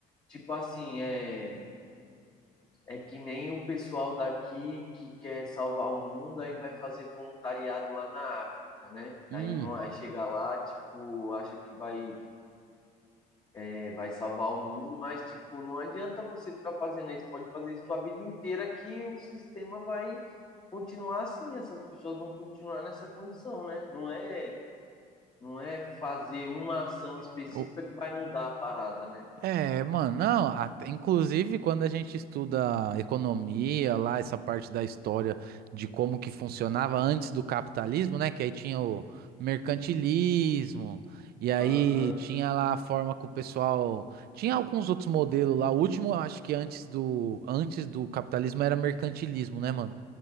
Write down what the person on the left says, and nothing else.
tipo assim, é É que nem o pessoal daqui que quer salvar o mundo, aí vai fazer voluntariado lá na África, né?
Aí, não, aí chega lá, tipo, acha que vai, é, vai salvar o mundo, mas, tipo, não adianta você ficar fazendo isso. Pode fazer isso sua vida inteira que o sistema vai continuar assim. Essas pessoas vão continuar nessa condição, né? Não é, não é fazer uma ação específica
que vai mudar a parada, né?
Aham,